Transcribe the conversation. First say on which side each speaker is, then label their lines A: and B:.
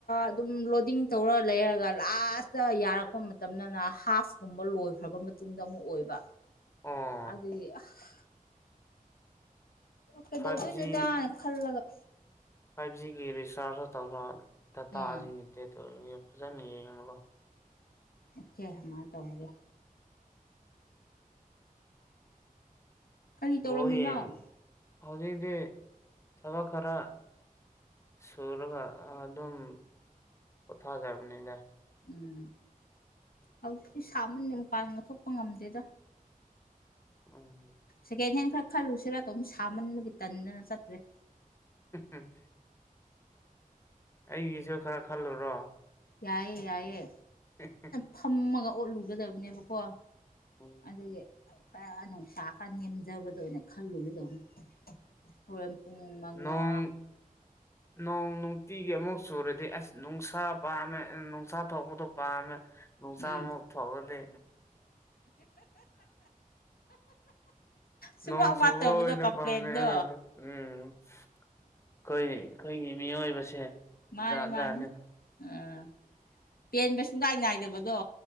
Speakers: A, on the left; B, on the left.
A: ꯑꯗꯨꯝ ꯂꯣꯗꯤꯡ ꯇꯧꯔ ꯂꯩꯔꯒ ꯂꯥꯁꯇ ꯌꯥꯔꯛꯄ ꯃꯇꯝꯗꯅ ꯍꯥꯐ ꯨꯀꯨꯝꯕ ꯂꯣꯏꯈ꯭ꯔꯕ ꯃꯇꯨꯡꯗ ꯑꯃꯨꯛ ꯑꯣꯏꯕ
B: ꯑꯣ
A: ꯑꯗꯨꯒꯤ ꯑꯥꯍ ꯀꯩꯗꯧꯗꯣꯏꯅꯣꯗꯥꯅ
B: ꯐꯥꯏꯚ ꯖꯤ
A: ꯈꯜꯂꯒ
B: ꯐꯥꯏꯚ ꯖꯤꯒꯤ ꯔꯤꯆꯥꯔꯖꯇ ꯇꯧꯔꯣ ꯗꯇꯥ
A: ꯎꯝ
B: ꯑꯂꯤꯃꯤꯇꯦꯠ ꯇꯨ ꯑꯗꯨ ꯐꯖꯅ ꯌꯦꯉꯨꯔꯣ
A: ꯑꯣꯀꯦ ꯑꯃꯥꯢ ꯇꯧꯔꯒꯦ ꯀꯔꯤ ꯇꯧꯔꯝꯃꯤꯅꯣ
B: ꯍꯣ ꯌꯦꯟ ꯍꯧꯖꯤꯗꯤ ꯊꯕꯛ ꯈꯔ ꯁꯨꯔꯒ ꯑꯗꯨꯝ ꯄꯣꯊꯥꯖꯔꯕꯅꯤꯗ
A: ꯎꯝ ꯍꯧꯛꯇꯤ ꯁꯥꯕꯅꯦ ꯃꯨꯄꯥꯟ ꯂꯧꯊꯣꯛꯄ ꯉꯝꯗꯦꯗ
B: ꯎꯝ
A: ꯁꯦꯀꯦꯟ ꯍꯦꯟ ꯈꯔ ꯈꯜꯂꯨꯁꯤꯔ ꯑꯗꯨꯣꯝ ꯁꯥꯃꯟꯕꯒꯤ ꯇꯟꯗꯅ ꯆꯠꯇ꯭ꯔꯦ
B: ꯎꯝ ꯎꯝ ꯑꯩꯒꯤꯁꯨ ꯈꯔ ꯈꯜꯂꯨꯔꯣ
A: ꯌꯥꯏꯌꯦ ꯌꯥꯏꯑꯌꯦ
B: ꯎꯝ ꯎꯝ
A: ꯐꯝꯃꯒ ꯑꯣꯠꯂꯨꯒꯗꯕꯅꯦꯕꯀꯣ
B: ꯍꯣꯏ
A: ꯑꯗꯨꯒꯤ ꯈꯔ ꯅꯨꯡꯁꯥ ꯈꯔ ꯅꯦꯝꯖꯕꯗ ꯑꯣꯏꯅ ꯈꯜꯂꯨꯒꯗꯧꯅꯤ ꯐꯣꯔꯦꯟ ꯄꯨꯡ ꯃꯉꯥ
B: ꯅꯣꯡ ꯅꯣꯡ ꯅꯨꯡꯇꯤꯒꯤ ꯑꯃꯨꯛ ꯆꯨꯔꯗꯤ ꯑꯁ ꯅꯨꯡꯁꯥ ꯄꯥꯝꯃꯦ ꯅꯨꯡꯁꯥ ꯊꯣꯛꯄꯗꯣ ꯄꯥꯝꯃꯦ ꯅꯨꯡꯁꯥ
A: ꯎꯝ
B: ꯑꯃꯨꯛ ꯐꯒꯗꯦ
A: ꯁꯨꯡꯋꯥꯠ
B: ꯅꯣꯡ ꯆꯨꯕ
A: ꯋꯥꯠꯇꯕꯗꯣ
B: ꯑꯣꯏꯅ
A: ꯀꯝꯄ꯭ꯂꯦꯟꯗꯣ
B: ꯄꯥꯝꯃꯦ ꯎꯝ ꯑꯩꯈꯣꯏ ꯑꯩꯈꯣꯏꯒꯤ ꯃꯤꯑꯣꯏꯕꯁꯦ
A: ꯃꯥꯅꯤ
B: ꯖꯥꯠ
A: ꯃꯥꯅꯤ
B: ꯖꯥꯠꯅꯤ
A: ꯑꯥ ꯄꯦꯟꯕ ꯁꯨꯡꯅꯥꯏ ꯅꯥꯏꯗꯕꯗꯣ